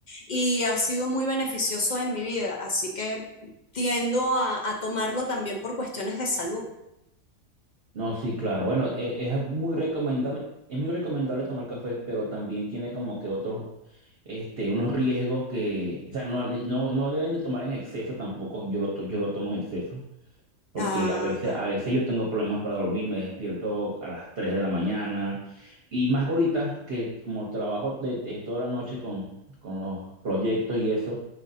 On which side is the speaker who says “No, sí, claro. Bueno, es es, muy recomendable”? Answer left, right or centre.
Right